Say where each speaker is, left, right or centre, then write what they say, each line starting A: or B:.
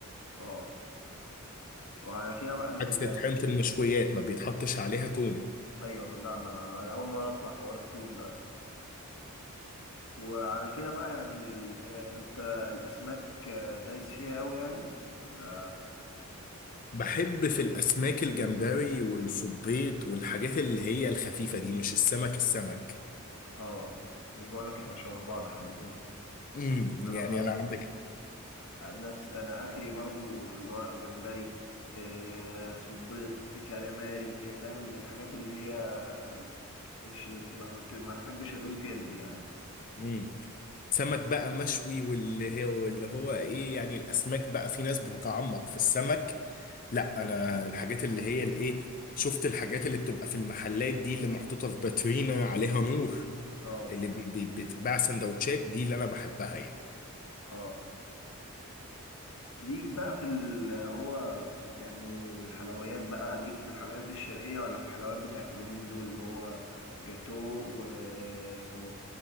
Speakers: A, on the left; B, on the left.
A: اه وعلى كده بقى ال...
B: عكس طحينة المشويات ما بيتحطش عليها ثوم
A: ايوه لا ما انا اول مره اسمع حوار التوم ده اصلا وعلى كده بقى يعني ال... آه، انت الاسماك آه، دايس فيها قوي يعني ولا
B: بحب في الأسماك الجمبري والصبيط والحاجات اللي هي الخفيفة دي مش السمك السمك
A: اه مش بقول لك احنا شبه بعض حبتين
B: امم
A: انا
B: يعني
A: برضو
B: أنا عندك
A: نفس انا اخري برضو اللي هو جمبري آه، صبيط كالاماري آه، فاهم الحاجات اللي هي ال- مش ال- ما كنت ما احبش ادوس جامد يعني
B: امم سمك بقى مشوي واللي هو اللي هو إيه يعني الأسماك بقى في ناس بتتعمق في السمك لا أنا الحاجات اللي هي الإيه شفت الحاجات اللي بتبقى في المحلات دي اللي محطوطة في باترينا عليها نور
A: اه
B: اللي بي بي بتتباع سندوتشات دي اللي أنا بحبها يعني
A: اه ليك بقى في ال هو يعني الحلويات بقى ليك في الحلويات الشرقية ولا الحلويات بتاعت اليومين دول اللي هو جاتو واسمه